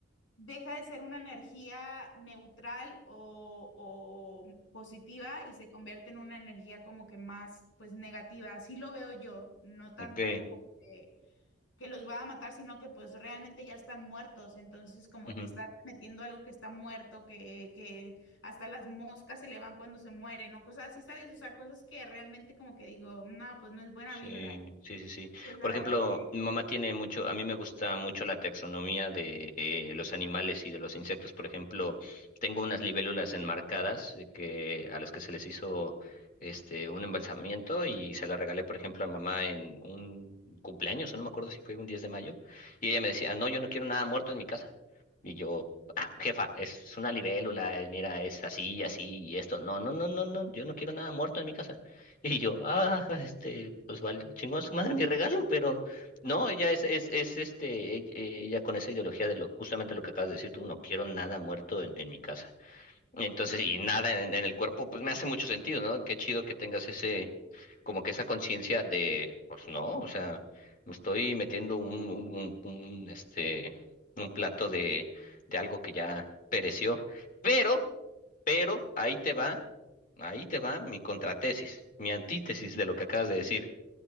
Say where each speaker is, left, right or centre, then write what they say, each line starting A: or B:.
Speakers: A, on the left (about 75°); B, on the left (about 40°).
A: deja de ser una energía neutral o, o positiva y se convierte en una energía como que más, pues, negativa. Así lo veo yo, no tanto
B: ok.
A: como que, que los va a matar, sino que pues realmente ya están muertos. Entonces, como
B: Ujú.
A: que estar metiendo algo que está muerto, que, que hasta las moscas se le van cuando se mueren o cosas así, ¿sabes? O sea, cosas que realmente como que digo, no, pues no es buena
B: Sí,
A: vibra.
B: sí, sí, sí.
A: Pues la
B: Por
A: verdad
B: ejemplo,
A: que...
B: mi mamá tiene mucho, a mí me gusta mucho la taxonomía de eh, los animales y de los insectos. Por ejemplo, tengo unas libélulas enmarcadas eh, que a las que se les hizo este un embalsamiento y se la regalé, por ejemplo, a mamá en un cumpleaños, o no me acuerdo si fue un 10 de mayo, y ella me decía, "No, yo no quiero nada muerto en mi casa." Y yo, "Ah, jefa, es una libélula, eh, mira, es así, así y esto. No, no, no, no, no, yo no quiero nada muerto en mi casa." Y yo, ah, este, pues valió, chingó a su madre mi regalo, pero no, ella es, es, es este, e- e- ella con esa ideología de lo, justamente lo que acabas de decir tú, no quiero nada muerto en, en mi casa. Entonces, y nada en, en el cuerpo, pues me hace mucho sentido, ¿no? Qué chido que tengas ese, como que esa conciencia de, pues no, o sea, me estoy metiendo un, un, un, un, este, un plato de, de algo que ya pereció, pero pero ahí te va, ahí te va mi contratesis, mi antítesis de lo que acabas de decir.